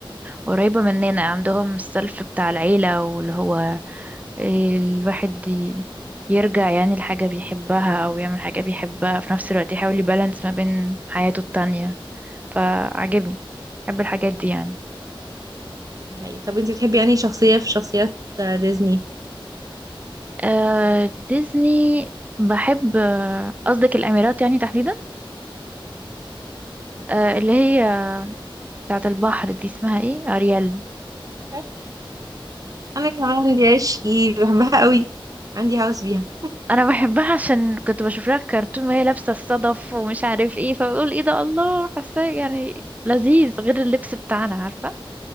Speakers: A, on the right; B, on the right.
A: قريبة مننا عندهم السلف بتاع العيلة واللي هو الواحد ي- يرجع يعني لحاجة بيحبها أو يعمل حاجة بيحبها في نفس الوقت يحاول يبالانس ما بين حياته التانية فعجبني بحب الحاجات دي يعني
B: حقيقي. طب انت بتحبي يعني شخصية في شخصيات آه، ديزني
A: آه ديزني بحب آه، قصدك الأميرات يعني تحديدا آه اللي هي بتاعة البحر دي اسمها ايه أريال
B: اه انا كمان دي عشقي بحبها قوي عندي هوس بيها
A: انا بحبها عشان كنت بشوف لها كرتون وهي لابسه الصدف ومش عارف ايه فبقول ايه ده الله حاساه يعني لذيذ غير اللبس بتاعنا عارفه